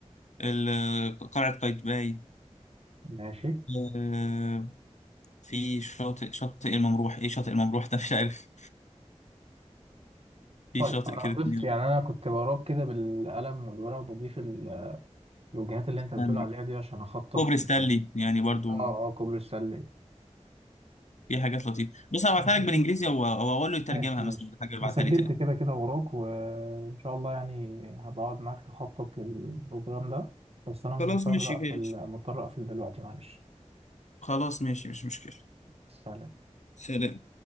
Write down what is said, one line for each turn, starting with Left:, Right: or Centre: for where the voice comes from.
Left: ال- قلعة قايتباي
Right: ماشي
Left: آه، في شاطئ شاطئ الممروح ايه شاطئ الممروح ده مش عارف في
Right: طيب
Left: شاطئ
Right: أنا
Left: كده
Right: ضفت
Left: تاني
Right: يعني أنا كنت وراك كده بالقلم والورقة بضيف ال- الوجهات اللي أنت بتقول
Left: عندي
Right: عليها دي عشان أخطط
Left: كوبري
Right: ل-
Left: ستانلي يعني برضو
Right: آه آه كوبري السلة
Left: في حاجات لطيفة بص انا هبعتها
Right: أنا سجلت
Left: لك بالانجليزي او او اقول له يترجمها
Right: ماشي ماشي
Left: مثلا حاجة ابعتها
Right: أنا سجلت
Left: لي تاني
Right: كده كده وراك وإن شاء الله يعني هبقعد معاك نخطط للبروجرام ده بس أنا مضطر
Left: خلاص ماشي
Right: أقفل
Left: ماشي
Right: مضطر أقفل دلوقتي معلش
Left: خلاص ماشي مش مشكلة
Right: سلام
Left: سلام